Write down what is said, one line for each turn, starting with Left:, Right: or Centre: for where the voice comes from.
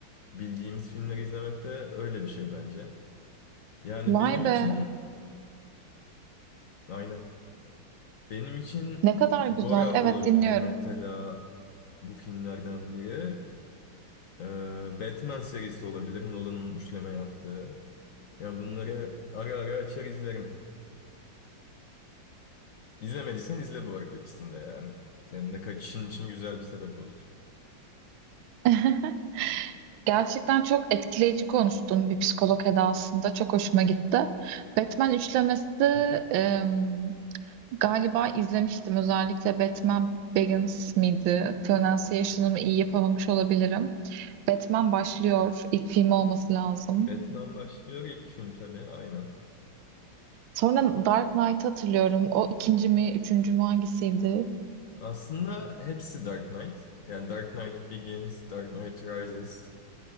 Left: Bildiğimiz filmleri izlemek de öyle bir şey bence. Yani
Right: Vay
Left: benim
Right: be,
Left: için aynen. Benim için
Right: ne kadar güzel.
Left: Gora
Right: Evet
Left: olabilir
Right: dinliyorum.
Left: mesela bu filmlerden biri. Ee, Batman serisi olabilir. Nolan'ın üçleme yaptığı. Yani bunları ara ara açar izlerim. İzlemediysen izle bu arada ikisini de yani. Senin de kaçışın için güzel bir sebep olur.
Right: <laughs> Gerçekten çok etkileyici konuştun bir psikolog edasında. Çok hoşuma gitti. Batman üçlemesi
Left: <laughs>
Right: em, galiba izlemiştim. Özellikle Batman Begins miydi? Pronunciation'ımı iyi yapamamış olabilirim. Batman başlıyor. İlk film olması lazım.
Left: Batman başlıyor ilk film tabii aynen.
Right: Sonra Dark Knight'ı hatırlıyorum. O ikinci mi, üçüncü mü hangisiydi?
Left: Aslında hepsi Dark Knight. Yani Dark Knight Begins, Dark Knight Rises